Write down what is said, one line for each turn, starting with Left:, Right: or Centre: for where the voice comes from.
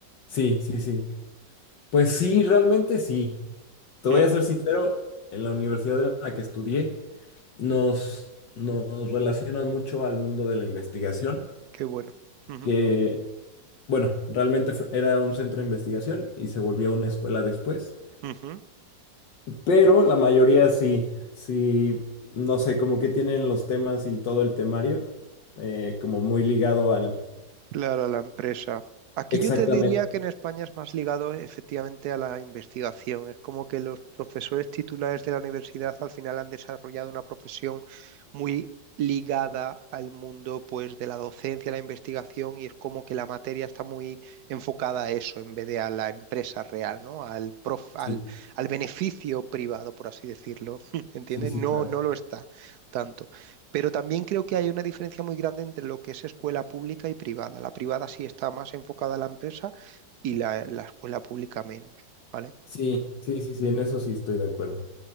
Left: Sí, sí, sí. Pues sí, realmente sí. Te
Right: Mm,
Left: voy a ser sincero, en la universidad en la que estudié nos, nos relacionan mucho al mundo de la investigación,
Right: qué bueno. Ujú,
Left: que Bueno, realmente fue- era un centro de investigación y se volvió una escuela después,
Right: ujú.
Left: pero la mayoría sí, sí, no sé, como que tienen los temas y todo el temario, eh, como muy ligado al...
Right: Claro, a la empresa. Aquí
Left: Exactamente,
Right: yo te diría que en España es más ligado efectivamente a la investigación. Es como que los profesores titulares de la universidad al final han desarrollado una profesión muy ligada al mundo pues de la docencia, la investigación y es como que la materia está muy enfocada a eso en vez de a la empresa real, ¿no? Al prof- al,
Left: sí,
Right: al beneficio privado, por así decirlo. <laughs> ¿Entiendes?
Left: sí, sí,
Right: No,
Left: claro.
Right: no lo está tanto. Pero también creo que hay una diferencia muy grande entre lo que es escuela pública y privada. La privada sí está más enfocada a la empresa y la, la escuela pública menos, ¿vale?
Left: Sí,
Right: Mm,
Left: sí, sí, sí, en eso sí estoy de acuerdo.